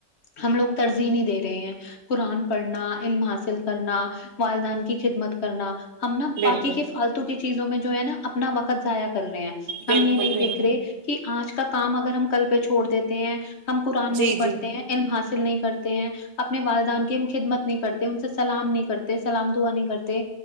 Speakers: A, on the left (about 60°); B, on the right (about 85°).
A: ہم لوگ ترجیحیں نہیں دے رہے ہیں قرآن پڑھنا علم حاصل کرنا والدین کی خدمت کرنا ہم نا
B: بالکل
A: باقی کے فالتو کی چیزوں میں جو ہے نا اپنا وقت ضائع کر رہے ہیں
B: بالکل
A: ہم یہ نہیں
B: بالکل
A: دیکھ رہے کہ آج کا کام اگر ہم کل پہ چھوڑ دیتے ہیں ہم قرآن نہیں
B: جی
A: پڑھتے
B: جی
A: ہیں علم حاصل نہیں کرتے ہیں اپنے والدان کی ہم خدمت نہیں کرتے ان سے سلام نہیں کرتے سلام دعا نہیں کرتے